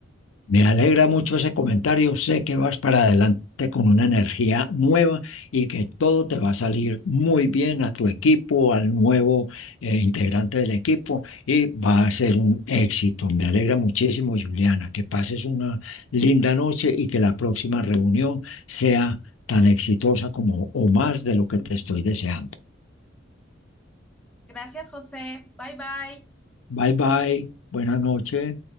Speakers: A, on the left; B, in the centre.
A: Me alegra mucho ese comentario. Sé que vas para adelante con una energía nueva y que todo te va a salir muy bien a tu equipo, al nuevo eh, integrante del equipo y va a ser un éxito. Me alegra muchísimo, Juliana, que pases una linda noche y que la próxima reunión sea tan exitosa como o más de lo que te estoy deseando.
B: Gracias, José. Bye bye.
A: Bye bye, buena noche.